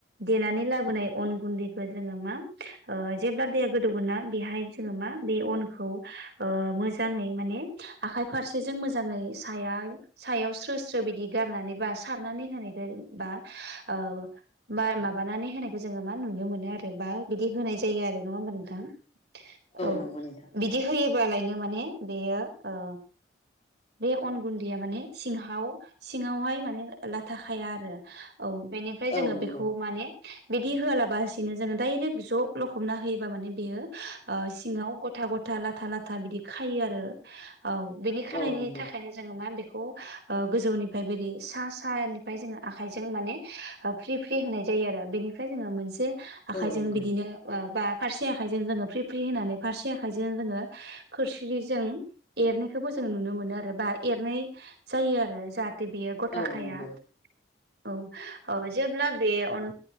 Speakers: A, on the right (about 60°); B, on the left (about 35°).
A: देनानै लाबोनाय अन गुन्दैखौ जोङो मा ओ जेब्ला दैया गोदौगोना बेहाय जोङो मा बे अनखौ ओ मोजाङै माने आखाइ फारसेजों मोजाङै साया सायाव स्रो स्रो बिदि गारनानैबा सारनानै होनाय जायो बा ओ बा माबानानै होनायखौ जोङो मा नुनो मोनो आरो बा बिदि होनाय जायो आरो नङा होमबा नोंथां? औ
B: नंगौ नोंथां
A: बिदि होयोबालायनो माने बेयो ओ बे अन गुन्दैया माने सिंहाव सिङावहाय माने लाथा खाया आरो औ बेनिफ्राय
B: औ
A: जोङो
B: नंगौ
A: बेखौ माने बिदि होआलाबासिनो जोङो डायरेक ज' लखबना होयोबा माने बेयो ओ सिङाव ग'था ग'थ था लाथा लाथा बिदि खायो आरो औ बिदि खानायनि
B: औ नंगौ
A: थाखायनो जोङो मा बेखौ ओ गोजौनिफाय बिदि सा सायानिफाय जोङो आखाइजों माने ओ फ्रि फ्रि होनाय जायो आरो बेनिफ्राय जोङो मोनसे आखाइजों
B: औ नंगौ
A: बिदिनो <inaudible> बा फारसे आखाइजों जोङो फ्रि फ्रि होनानै फारसे आखाइजों जोङो खोरस्लिजों एरनायखौबो जों नुनो मोनो आरो बा एरनाय जायो आरो जाहाथे बेयो ग'था
B: औ
A: खाया
B: नंगौ
A: औ औ जेब्ला बे अन